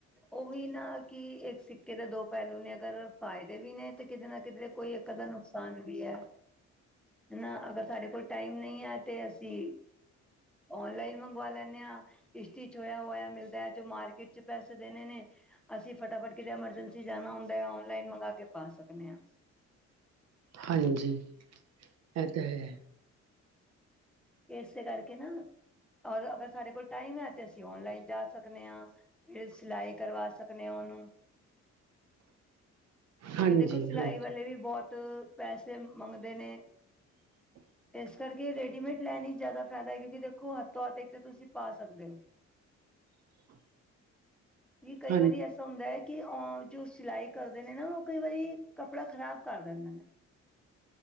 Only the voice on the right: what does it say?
<inaudible>
ਹਾਂਜੀ, ਇਹ ਤਾਂ ਹੈ।
ਹਾਂਜੀ
ਹਾਂਜੀ
<inaudible>
<inaudible>
ਹਾਂਜੀ